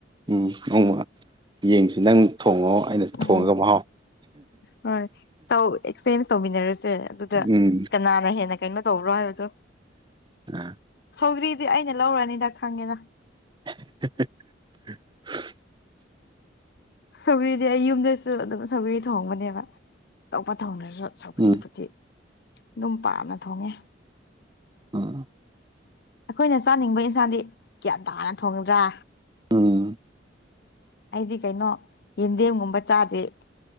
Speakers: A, on the right; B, on the left.
A: ꯎꯝ ꯑꯃ ꯌꯦꯡꯁꯤ ꯅꯪ ꯊꯣꯡꯉꯣ ꯑꯩꯅꯁꯨ
B: ꯎꯝ
A: ꯊꯣꯡꯉꯒ ꯃꯍꯥꯎ
B: ꯍꯣꯏ ꯇꯧ ꯑꯦꯛꯁꯆꯦꯟꯖ ꯇꯧꯃꯤꯟꯅꯔꯁꯦ ꯑꯗꯨꯗ
A: ꯎꯝ
B: ꯀꯅꯥꯅ ꯍꯦꯟꯅ ꯀꯩꯅꯣ ꯇꯧꯕ꯭ꯔꯣ ꯍꯥꯏꯕꯗꯣ
A: ꯑ
B: ꯁꯧꯒ꯭ꯔꯤꯗꯤ ꯑꯩꯅ ꯂꯧꯔꯅꯤꯗ ꯈꯪꯉꯦꯅ
A: <unintelligible>
B: ꯁꯧꯒꯔꯤꯗꯤ ꯑꯩ ꯌꯨꯝꯗꯁꯨ ꯑꯗꯨꯝ ꯁꯧꯒꯔꯤ ꯊꯣꯡꯕꯅꯦꯕ ꯑꯇꯣꯞꯄ ꯊꯣꯡꯅꯔ ꯁꯒ꯭ꯔꯤꯕꯕꯨꯨꯗꯤ
A: ꯎꯝ
B: ꯑꯗꯨꯝ ꯄꯥꯝꯅ ꯊꯣꯡꯉꯦ
A: ꯎꯝ
B: ꯑꯩꯈꯣꯏꯅ ꯆꯥꯅꯤꯡꯕ ꯏꯟꯁꯥꯡꯗꯤ ꯀꯒ꯭ꯌꯥꯟ ꯇꯥꯅ ꯊꯣꯡꯒꯗ꯭ꯔꯥ
A: ꯎꯝ
B: ꯑꯩꯗꯤ ꯀꯩꯅꯣ ꯌꯦꯟꯗꯦꯝꯒꯨꯝꯕ ꯆꯥꯗꯦ